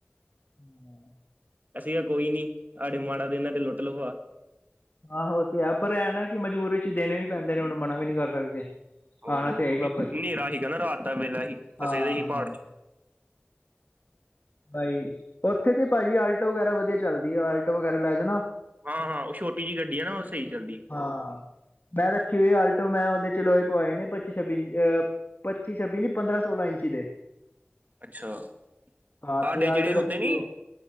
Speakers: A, on the left (about 50°); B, on the right (about 40°).
A: ਹਮ <inaudible>
B: ਅਸੀਂ ਤਾਂ ਕੋਈ ਨੀ, ਸਾਡੇ ਮਾੜਾ ਦਿਨ ਆ, ਤੇ ਲੁੱਟ ਲੂ ਗਾ
A: ਆਹੋ ਉਹ ਤੇ ਹੈ, ਪਰ ਐ ਨਾ ਕਿ ਮਜ਼ਬੂਰੀ ਚ ਦੇਣੇ ਵੀ ਪੈਂਦੇ ਨੇ, ਉਹਨੂੰ ਮਨਾ ਵੀ ਨਹੀਂ ਕਰ ਸਕਦੇ।
B: ਹੋਰ
A: ਆਣਾ
B: ਹੋਰ
A: ਤੇ ਹੈ ਹੀ
B: ਕਿਉਕਿ
A: ਵਾਪਸ
B: ਹਨੇਰਾ ਸੀਗਾ ਨਾ, ਰਾਤ ਦਾ ਵੇਲਾ ਹੀ
A: ਹਾਂ
B: ਫਸੇ ਦੇ ਸੀ
A: ਹਾਂ
B: ਪਹਾੜ ਚ।
A: ਬਾਈ ਉੱਥੇ ਤੇ ਭਾਜੀ ਆਲਟੋ ਵਗੈਰਾ ਵਧੀਆ ਚੱਲਦੀ ਆ, ਆਲਟੋ ਵਗੈਰਾ ਲੈ ਜਾਓ ਨਾ।
B: ਹਾਂ ਹਾਂ ਉਹ ਛੋਟੀ ਜਿਹੀ ਗੱਡੀ ਹੈ ਨਾ,
A: ਸਲਿੱਪ
B: ਉਹ ਸਹੀ ਚੱਲਦੀ।
A: ਹਾਂ। ਮੈਂ ਰੱਖੀ ਹੋਈ ਆਲਟੋ, ਮੈਂ ਉਹਦੇ ਚ ਲੋਹੇ ਪਵਾਏ ਨੇ ਪੱਚੀ ਛੱਬੀ ਆ ਪੱਚੀ ਛੱਬੀ ਨੀ, ਪੰਦਰਾਂ ਸੋਲਾਂ ਇੰਚੀ ਦੇ।
B: ਅੱਛਾ,
A: ਹਾਂ
B: ਆ
A: ਤੇ
B: ਜਿਹੜੇ
A: ਆਲਟੋ
B: ਹੁੰਦੇ
A: ਰੱਖੀ
B: ਨੀ।
A: ਹੋਈ